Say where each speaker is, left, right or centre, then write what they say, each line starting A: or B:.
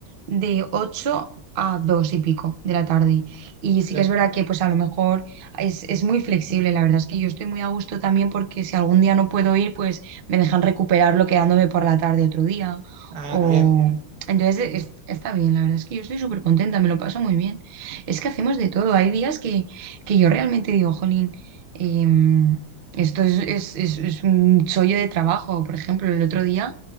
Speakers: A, on the right (about 55°); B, on the right (about 80°).
A: de 8 a 2 y pico de la tarde. Y sí
B: Claro.
A: que es verdad que pues a lo mejor es, es muy flexible, la verdad es que yo estoy muy a gusto también porque si algún día no puedo ir, pues me dejan recuperarlo quedándome por la tarde otro día.
B: Ah,
A: O...
B: bien.
A: Entonces es- está bien, la verdad es que yo estoy súper contenta, me lo paso muy bien. Es que hacemos de todo, hay días que, que yo realmente digo, jolín, em, esto es, es, es- es un chollo de trabajo. Por ejemplo, el otro día